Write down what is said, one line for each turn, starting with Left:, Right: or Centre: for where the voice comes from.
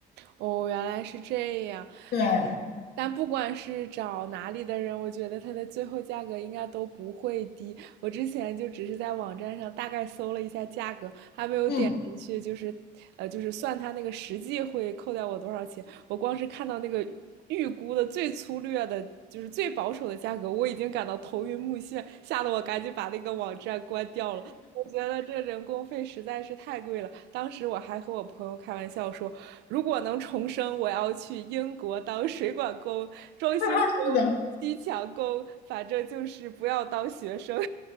Right: 哦，原来是这样。
Left: 对，
Right: 但不管是找哪里的人，我觉得它的最后价格应该都不会低。我之前就只是在网站上大概搜了一下价格，还没有点进去，
Left: 嗯，
Right: 就是呃，就是算它那个实际会扣掉我多少钱。我光是看到那个预估的最粗略的，就是最保守的价格，我已经感到头晕目眩，吓得我赶紧把那个网站关掉了。我觉得这人工费实在是太贵了。当时我还和我朋友开玩笑说，如果能重生，我要去英国当水管工、装修工、
Left: <laughs> 是的。
Right: 砌墙工，反正就是不要当学生。